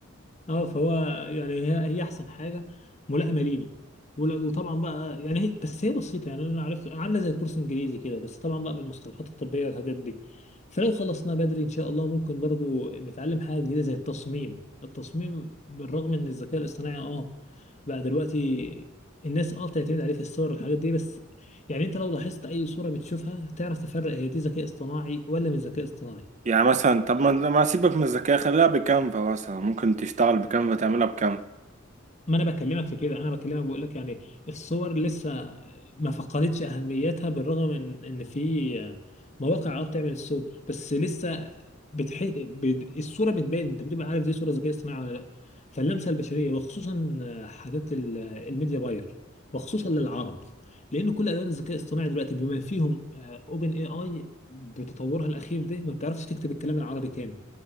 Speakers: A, on the left; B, on the right.
A: اه فهو يعني هي هي احسن حاجه ملائمه لينا ولا- وطبعا بقى يعني هي بس هي بسيطه يعني انا عارف عامله زي الكورس الانجليزي كده بس طبعا بقى بالمصطلحات الطبيه والحاجات دي فلو خلصناه بدري ان شاء الله ممكن برضو نتعلم حاجه جديده زي التصميم التصميم بالرغم ان الذكاء الاصطناعي اه بقى دلوقتي الناس اه بتعتمد عليه في الصور والحاجات دي بس يعني انت لو لاحظت اي صوره بتشوفها تعرف تفرق هي دي ذكاء اصطناعي ولا مش ذكاء اصطناعي
B: يعني مثلا طب ما ما سيبك من الذكاء خليها بكانفا مثلا ممكن تشتغل بكانفا تعملها بكانفا
A: ما انا بكلمك في كده انا بكلمك بقول لك يعني الصور لسه ما فقدتش اهميتها بالرغم من ان في مواقع اه بتعمل الصور بس لسه بتح... بت... الصوره بتبان انت بتبقى عارف دي صوره ذكيه اصطناعي ولا لا فاللمسه البشريه وخصوصا حاجات ال- الميديا باير وخصوصا للعرب لان كل ادوات الذكاء الاصطناعي دلوقتي بما فيهم اوبن اي اي بتطورها الاخير ده ما بتعرفش تكتب الكلام العربي كامل